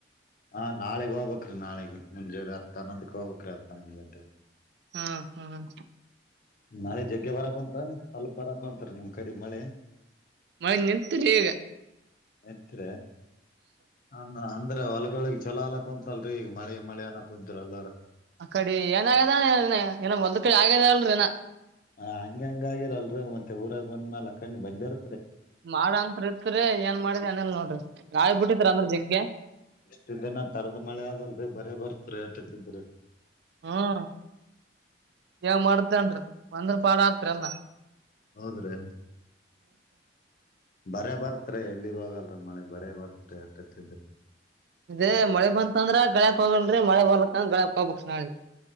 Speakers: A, on the left (about 45°); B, on the right (about 60°).
A: ಹಾ ನಾಳೆಗ್ ಹೋಗಬಬೇಕ್ ರಿ ನಾಳಗ್ ಮುಂಜೆೆ ಹನ್ನೊಂದಕ್ಕೆ ಹೋಗ್ಬೇಕ್ ರಿ ಹತ್ ಹನ್ನೊಂದು ಗಂಟೆಗೆ
B: ಹ್ಮ್ ಹ್ಮ್
A: ನಾಳೆ ಜಗ್ಗೆ ಬರಾಕೊಂತ ಸ್ವಲ್ಪ ಬರಕೊಂತರ ನಿಮ್ ಕಡೆ ಮಳೆ
B: ಮಳೆ ನಿಂತ್ ಇಗ
A: ಯತ್ೆ ನ <unintelligible> ಅಂದ್ರೆ ಹೊಲಗಳಿಗ್ ಛಲ ಅಲ್ಲ ಕುಂತಲ್ರೀ ಈಗ ಮಳಿ ಮಳೆ ಅನ ಕುಂತತ್ರು ಎಲ್ಲಾರು
B: ಆ ಕಡೆ ಏನಾಗ್ಯದಾನ ಏನ ಒಂದ್ ಕಡೆ ಆಗ್ಯದ ಅಂದ್ರು ಎಲ
A: ಹ ಹಂಗ ಹಂಗ ಆಗಿರಲ್ರಿ ಮತ್ತೆ ಊರಾಗ ಬಂದ್ ಅಕಂಡ್ ಬಂದಿರ್
B: ಮಾಡ ಅತ್ರಿ <unintelligible> ಇತ್ರಿ ಏನ್ ಮಾಡಿದ ಅನೇಲ್ ನೋಡ್ರಿ ಗಾಯಿ ಬಿಟ್ಟಿತ್ ಅಂದ್ರ ಜಿಗ್ಗೆ
A: ಅಷ್ಟು ದಿನ ತರದ್ ಮಳೆ ಆದಲ್ರಿ ಬರ ಬರ್ತ್ರಿ ಅಟಕ್ಕಿದ್ರ
B: ಹ್ಮ್ ಯವ <unintelligible> ಮಾಡ್ತೇನ್ಿ ಒಂದ್ರ ಪಾಡ ಆತ್ರಿಲ್ಲ
A: ಹೌದ್ರೀ ಬರೆ ಬರ್ ಹತ್ರ ಎಲ್ಲಿ ಹೋಗಲ್ರ ಮಳೆ ಬರೇ ಬರ್ತ್ ಎಷ್ಟೋತ್ತಿದ್ರು
B: ಇೇ ಮಳೆ ಬಂತ ಅಂದ್ರ ಗಳ್ಯಾಕ್ ಹೋಗನ್ರಿ ಮಳೆ ಬರ್ಲಕ್ಕ ಗಳ್ಯಾಕ್ ಹೋಗ್ಬಬೇಕ್ ನಾಳಿ